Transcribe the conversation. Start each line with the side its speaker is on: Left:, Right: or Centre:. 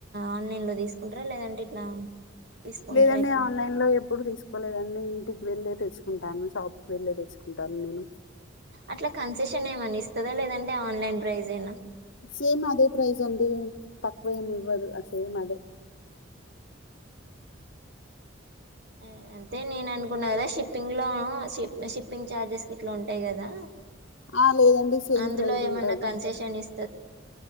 Right: ఆన్లైన్ లో తీసుకుంటరా లేదంటే ఇట్లా తీసుకుంటారా
Left: లేదండి
Right: ఎక్కువ
Left: ఆన్లైన్ లో ఎప్పుడు తీసు కోలేదండి. ఇంటికి వెళ్ళే తెచ్చుకుంటాను, షాప్కి వెళ్ళే తెచ్చుకుంటాను నేను.
Right: అట్లా కన్సెషన్ ఏమన్నా ఇస్తదా లేదంటే ఆన్లైన్ ప్రైసేనా.
Left: సేమ్ అదే ప్రైస్ అండి తక్కువేం
Right: ఉహు
Left: ఇవ్వదు సేమ్ అదే.
Right: ఆ అంతే నేను అనుకున్నా కదా షిప్ షిప్పింగ్ లో షి షిప్పింగ్ ఛార్జెస్ గిట్లా ఉంటయి కదా.
Left: ఆ, లేదండి సేమ్
Right: అందులో
Left: ప్రైజ్
Right: ఏమన్నా
Left: ఉంటది
Right: కన్సెషన్ ఇస్